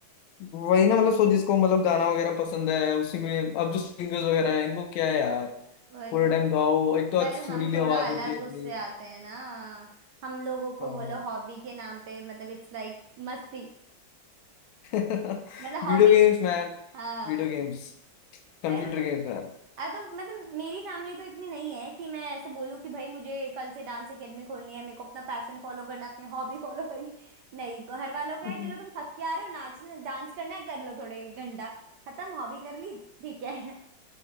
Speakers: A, on the left; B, on the right.
A: वही ना मतलब
B: <laughs>
A: सो जिसको मतलब गाना वगैरह पसंद है उसी में अब जो सिंगर्स वगैरह हैं इनको क्या है यार
B: वही
A: पूरे
B: तो
A: टाइम गाओ एक तो अच्छी
B: पर
A: सुरीली
B: हम थोड़ा
A: आवाज
B: अलग
A: होती है
B: उससे
A: इतनी
B: आते हैं ना हम लोगों
A: हाँ
B: को बोलो
A: <laughs>
B: हॉबी के नाम पे मतलब इट्स लाइक मस्ती
A: हाँ।
B: मतलब हॉबी
A: Video games ma'am
B: हाँ
A: Video games Computer
B: पर
A: games ma'am
B: अरे तो मतलब मेरी फैमिली तो इतनी नहीं है कि मैं ऐसे बोलूँ कि भाई मुझे कल से डांस एकेडमी खोलनी है मेरे को अपना पैशन फॉलो करना अपनी हॉबी फॉलो करनी नहीं घर वालों का
A: <laughs>
B: है चलो तुम थक के आ रहे हो नाचने डांस करना है कर लो थोड़े घंटा खत्म हॉबी कर ली ठीक है